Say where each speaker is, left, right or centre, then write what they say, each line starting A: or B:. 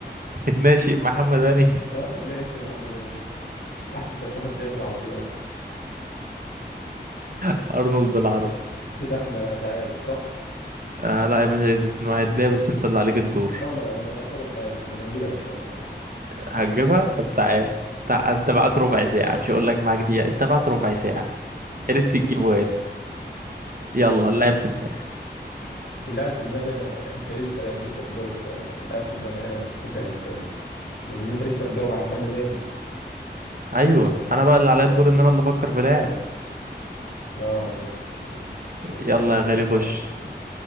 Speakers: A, on the right (about 50°); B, on the left (about 80°).
A: <laughs> الناشئ محمد هاني
B: <laughs> اه ماشي يا محمد هاني. احسن واحد بيعمل عرضيات
A: <laughs> ارنولد العرب
B: كده احنا تعادل صح؟
A: آه لا يا باشا إيه ده اتنين واحد ليه بس انت اللي عليك الدور
B: اه ما يعتبر تعادل إن انا هجيبها ان شاء الله ما تقلقش
A: هتجيبها طب تعال
B: اه
A: تع... انت معاك ربع ساعة مش هقول لك معاك دقيقة انت معاك ربع ساعة
B: ماشي
A: عرفت تجيبه هاته يلا اللعب في دماغي
B: اللي قاعد في دماغي انا انت لسه لسه مجاوب اللي قاعد في دماغي انا انت اللي هتسالني لان انت لسه مجاوب على محمد هاني
A: ايوه انا بقى اللي عليا الدور ان انا اللي افكر في لاعب
B: اه ماشي ماشي آه،
A: يلا
B: عشان
A: يا غالي
B: لسه صح
A: خش
B: بس.